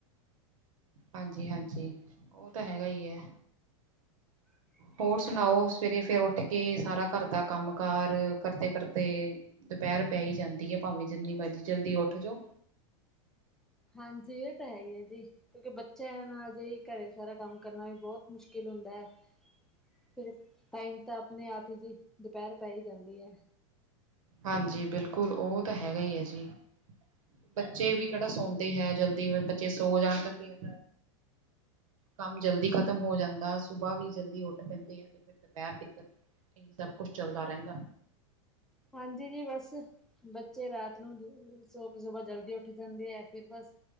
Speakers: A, on the right (about 85°); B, in the centre.
A: ਹਾਂਜੀ-ਹਾਂਜੀ, ਉਹ ਤਾਂ ਹੈਗਾ ਹੀ ਐ।
B: <inaudible>
A: ਹੋਰ ਸੁਣਾਓ ਸਵੇਰੇ ਫੇਰ ਉੱਠ ਕੇ ਸਾਰਾ ਘਰ ਦਾ ਕੰਮ ਕਾਰ ਕਰਦੇ ਫਿਰਦੇ ਦੁਪਹਿਰ ਪੈ ਈ ਜਾਂਦੀ ਏ ਭਾਵੇਂ ਜਿੰਨੀ ਮਰਜੀ ਜਲਦੀ ਉੱਠ ਜੋ।
B: ਹਾਂਜੀ ਇਹ ਤਾਂ ਹੈ ਈ ਐ ਜੀ। ਕਿਉਂਕਿ ਬੱਚਿਆਂ ਨਾਲ ਜੇ ਘਰੇ ਸਾਰਾ ਕੰਮ ਕਰਨਾ ਵੀ ਬਹੁਤ ਮੁਸ਼ਕਿਲ ਹੁੰਦਾ ਐ। ਫਿਰ ਟਾਈਮ ਤਾਂ ਆਪਣੇ ਆਪ ਈ ਜੀ ਦੁਪਹਿਰ ਪੈ ਈ ਜਾਂਦੀ ਐ।
A: ਹਾਂਜੀ ਬਿਲਕੁਲ ਉਹ ਤਾਂ ਹੈਗਾ ਈ ਐ ਜੀ। ਬੱਚੇ ਵੀ ਕਿਹੜਾ ਸੌਂਦੇ ਹੈ ਜਲਦੀ ਬੱਚੇ ਸੋ ਜਾਣ ਤਾਂ ਫਿਰ ਕੰਮ ਜਲਦੀ ਖ਼ਤਮ ਹੋ ਜਾਂਦਾ ਸੁਬਾਅ ਵੀ ਜਲਦੀ ਉੱਠ ਪੈਂਦੇ ਆ ਤੇ ਫਿਰ ਦੁਪਹਿਰ ਤਿਕਰ ਇਹੀ ਸਭ ਕੁੱਛ ਚੱਲਦਾ ਰਹਿੰਦਾ।
B: ਹਾਂਜੀ ਜੀ ਬਸ ਬੱਚੇ ਰਾਤ ਨੂੰ ਸੋ ਕੇ ਸੁਬਾਅ ਜਲਦੀ ਉੱਠ ਜਾਂਦੇ ਐ ਫਿਰ ਬਸ